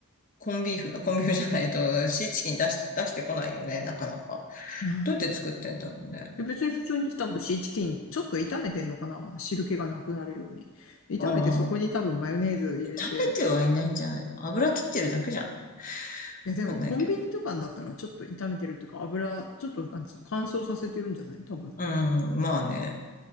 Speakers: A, on the left (about 35°); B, on the left (about 60°).
A: コンビーフ、あコンビーフじゃないと、シーチキン出し、出してこないよね、なかなか。
B: うんう
A: どうやって作ってんだろうね。
B: んで別に普通に多分シーチキン、ちょっと炒めてんのかな汁気がなくなるように。炒めてそこに多分マヨネーズ入れて、
A: ああ。食べてはいないんじゃないの油切ってるだけじゃない
B: いやでもコンビニとかだったらちょっと炒めてるっていうか油、
A: わかんないけど。
B: ちょっとなんつうの、乾燥させてるんじゃない多分。
A: うん、まあね。